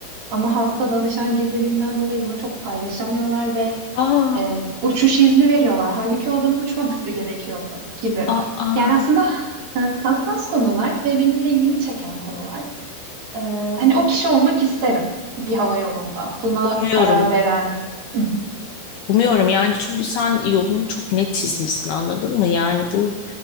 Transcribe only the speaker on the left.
Aa.
Aa.
Umuyorum.
Umuyorum yani çünkü sen yolunu çok net çizmişsin anladın mı? Yani bu